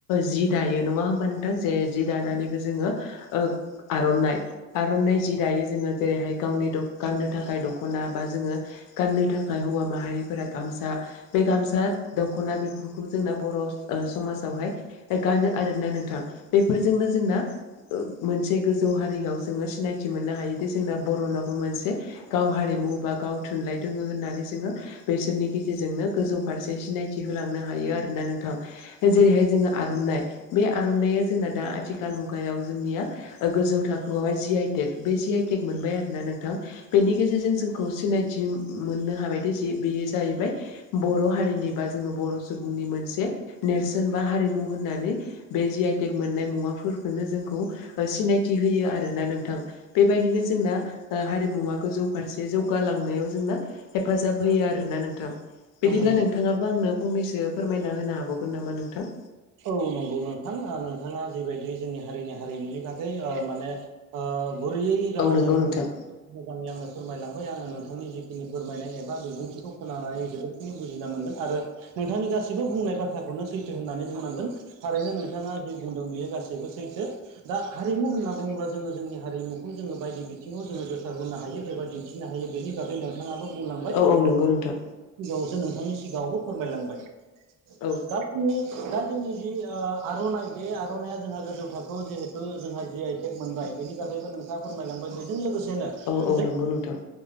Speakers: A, on the left; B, on the right.
A: जि दायो नङा होमबा नों जे जि दानानैबो जोङो ओ आर'नाय आर'नाय जि दायो जोङो जेरैहाय गावनि गाननो थाखाय दख'ना बा जोङो गाननो थाखाय हौवा माहारिफोरा गामसा बे गामसा दख'ना बेफोरखौ जोंना बर' समाजावहाय गानो आरो ना नोंथां बेफोरजोंनो जोंना ओ मोनसे गोजौ हारियाव जोङो सिनायथि मोननो हायोदि जोंना बर'नाबो मोनसे गाव हारिमु बा गाव थुनलाइ दोङो होननानै जोङो बेसोरनि गेजेरजोंनो गोजौ फारसे सिनायथि होलांनो हायो आरो ना नोंथां जेरैहाय
B: औ नंगौ
A: जोङो आर'नाइ बे आर'नाइा जोंना दा आथिखाल मुगायाव जोंनिया गोजौ थाखोआवहाय जि आइटेक बे जि आइटेक मोनबाय आरो ना नोंथां बेनि गेजेरजों जोंखौ सिनायथि मोननो हाबायदि ज बेयो जाहैबाय बर' हारिनि बा जोङो बर' सुबुंनि मोनसे नेरसोन बा हारिमु होननानै बे जि आइटेक मोननाय मुवाफोरखौनो जोंखौ सिनायथि होयो आरोना नोंथां बेबायदिनो जोंना हारिमुवा गोजौ फारसे जौगालांनायाव जोंना हेफाजाब होयो आरोना नोंथां।
B: नंगौ
A: बिदिब्ला नोंथाङाबो आंनो फंनैसो फोरमायना होनो हाबावगोन नामा नोंथां
B: औ नंगौ नोंथां ओ नोंथाङा जिबायदि जोंनि हारिनि हारिमुनि थाखाय ओ माने गुरैयै रावजों
A: औ नंगौ नोंथां
B: मोजाङै आंनो फोरमायलांबाय आङो नोंथांनि जिखिनि फोरमायनाय एबा बिबुंथिखौ खोनानानै होदों बुजिना मोनदों आरो नोंथांनि गासिबो बुंनाय बाथ्राखौनो सैथो होननानै बुंनांगोन थारैनो नोंथाङा जि बुंदों बेयो गासैबो सैथो दा हारिमु होनना बुङोब्ला जोङो जोंनि हारिमुखौ जोङो बायदि बिथिङाव जोङो गोसारहोनो हायो एबा दिन्थि नो हायो बेनि बागै नों नोंथाङाबो बुंलांबाय
A: औ औ नंगौ नोंथां
B: <unintelligible> नोंथांनि सिगाङावबो फोरमायलांबाय। <unintelligible>
A: औ
B: दा जोंनि जि ओ आर'नाइ बे आर'नाइया जोंहा गोजौ थाखोआव जिहेथु जोंहा जि आइ केक मोनबाय बेनि थाखायैबो नोंथाङा फोरमायलांबाय बेजों लोगोसेनो
A: औ
B: जे
A: नंगौ नोंथां